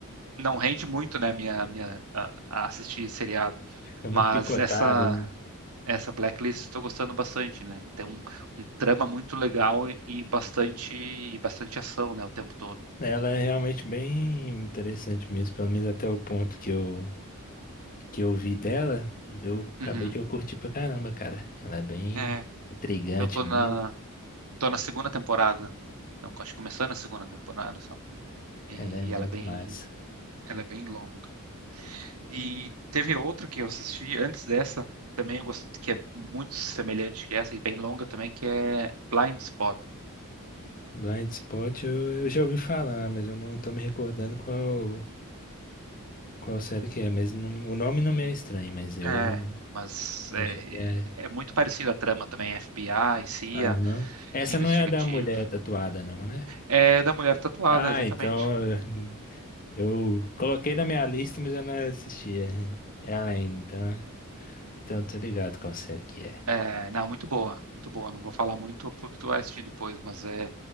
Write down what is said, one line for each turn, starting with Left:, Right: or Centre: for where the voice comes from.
Right: não rende muito, né, minha, minha, a, a assistir seriado.
Left: fica
Right: Mas
Left: muito picotado,
Right: essa,
Left: né?
Right: essa Blacklist estou gostando bastante, né? Tem um, um trama muito legal e bastante, bastante ação, né, o tempo todo.
Left: Ela é realmente bem interessante mesmo, pelo menos até o ponto que eu, que eu vi dela, eu acabei
Right: Uhum.
Left: que eu curti pra caramba, cara. Ela é bem
Right: É,
Left: intrigante
Right: eu tô
Left: mesmo,
Right: na, tô na segunda temporada. Não, acho que começando a segunda temporada só. E
Left: ela é muito
Right: ela é bem,
Left: massa.
Right: Ela é bem longa. E teve outra que eu assisti antes dessa, também eu gosto, que é muito semelhante que essa e bem longa também, que é Blind Spot.
Left: Blind Spot eu, eu já ouvi falar, mas eu não tô me recordando qual, qual série que é, mas não- o nome não me é estranho, mas eu
Right: É, mas é,
Left: não cheguei a...
Right: é muito parecida a trama também, FBI, CIA,
Left: Aham. Essa
Right: investigativo.
Left: não é a da mulher tatuada não, né?
Right: É da mulher tatuada,
Left: Ah,
Right: exatamente.
Left: então eu, eu coloquei na minha lista, mas eu não assisti, é, é ela então... Então, eu tô ligado qual série que é.
Right: É, não, muito boa, muito boa. Não vou falar muito porque tu vai assistir depois, mas é